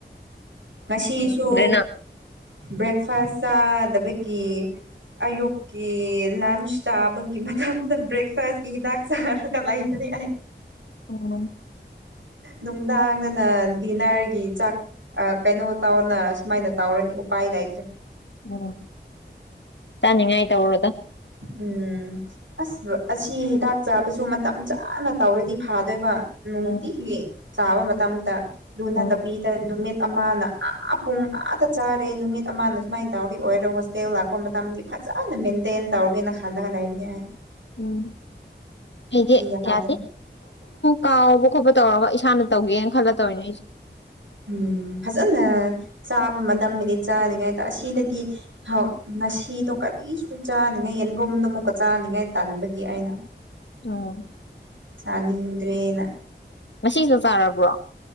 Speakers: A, on the right; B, on the left.
A: ꯉꯁꯤꯁꯨ
B: ꯅꯪ
A: ꯕ꯭ꯔꯦꯛꯐꯥꯁ ꯆꯥꯗꯕꯒꯤ ꯑꯌꯨꯛꯀꯤ ꯂꯟꯆ ꯇꯥꯕꯒꯤ ꯃꯇꯝꯗ ꯕ꯭ꯔꯦꯛꯐꯥꯁꯀꯤ ꯍꯤꯗꯥꯛ ꯆꯥꯔꯒ ꯂꯩꯕꯅꯤ ꯌꯥ
B: ꯎꯝ
A: ꯅꯨꯡꯗꯥꯡꯗꯅ ꯗꯤꯟꯅꯔꯒꯤ ꯆꯥꯛ ꯀꯩꯅꯣ ꯇꯧꯅ ꯁꯨꯃꯥꯏꯅ ꯇꯧꯔꯅꯤ ꯎꯄꯥꯏ ꯂꯩꯇ꯭ꯔꯦ
B: ꯎꯝ ꯆꯥꯅꯤꯡꯉꯥꯏ ꯇꯧꯔꯗ
A: ꯎꯝ ꯑꯁ ꯑꯁꯤ ꯍꯤꯗꯥꯛ ꯆꯥꯕꯁꯨ ꯃꯇꯝ ꯆꯥꯅ ꯇꯧꯔꯗꯤ ꯐꯥꯗꯣꯏꯕ ꯅꯨꯡꯇ
B: ꯎꯝ
A: ꯆꯕ ꯇꯝꯇ ꯂꯨꯅ
B: ꯎꯝ
A: ꯇꯕꯤꯗ ꯅꯨꯅꯨꯡ ꯑꯃꯅ ꯑꯥ ꯄꯨꯡ ꯑꯥꯗ ꯆꯥꯔꯦ ꯅꯨꯃꯤꯠ ꯑꯃꯅ ꯁꯨꯃꯥꯏꯅ ꯇꯧꯗꯤ ꯑꯣꯏꯔꯣ ꯍꯣꯁꯇꯦꯜ ꯂꯥꯛꯄ ꯃꯇꯝꯗꯤ ꯐꯖꯦ ꯆꯅ ꯃꯦꯟꯇꯦꯟ ꯇꯧꯔꯒꯦꯅ ꯈꯟꯗꯉ ꯂꯩꯅꯤ ꯍꯥꯏ
B: ꯎꯝ ꯑꯩꯗꯤꯦ
A: ꯌꯥꯗ꯭ꯔꯦ
B: ꯀꯗꯤ ꯀꯥꯎꯕ ꯇꯧꯔꯒ ꯏꯁꯥꯅ ꯇꯧꯒꯦꯅ ꯈꯜꯂ ꯇꯧꯔꯤꯅꯦ ꯑꯩꯁꯨ
A: ꯎꯝ ꯐꯖꯅ ꯆꯥꯕ ꯃꯇꯝꯗꯤ ꯆꯥꯅꯤꯡꯉꯥꯏꯗ ꯑꯁꯤꯗꯗꯤ ꯉꯁꯤꯗꯣ ꯀꯔꯤꯁꯨ ꯆꯥꯅꯤꯉꯥꯏ ꯌꯦꯟꯔꯨꯝꯗꯣ ꯑꯃꯨꯛꯀ ꯆꯥꯅꯤꯡꯉꯥꯏ ꯇꯟꯥꯟꯕꯒꯤ ꯑꯩꯅ
B: ꯑꯣ
A: ꯆꯥꯅꯤꯡꯗ꯭ꯔꯦꯅ
B: ꯉꯁꯨ ꯆꯥꯔꯕ꯭ꯔꯣ